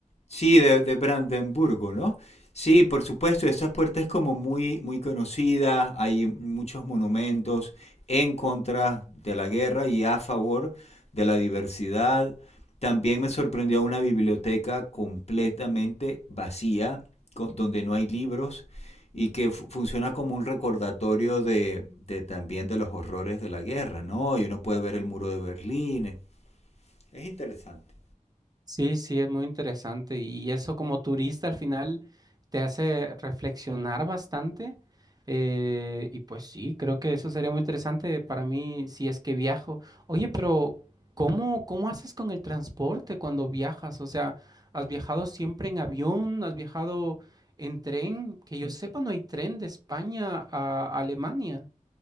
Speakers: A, on the left; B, on the right.
A: Sí, de, de Brandenburgo, ¿no? Sí, por supuesto, esa puerta es como muy, muy conocida, hay muchos monumentos en contra de la guerra y a favor de la diversidad. También me sorprendió una biblioteca completamente vacía, con- donde no hay libros y que fu- funciona como un recordatorio de, de también de los horrores de la guerra, ¿no? Y uno puede ver el muro de Berlín, es es interesante.
B: Sí, sí, es muy interesante y eso como turista al final te hace reflexionar bastante eh, y pues sí, creo que eso sería muy interesante para mí si es que viajo. Oye, pero ¿cómo, cómo haces con el transporte cuando viajas? O sea, ¿has viajado siempre en avión? ¿Has viajado en tren? Que yo sepa, no hay tren de España a Alemania.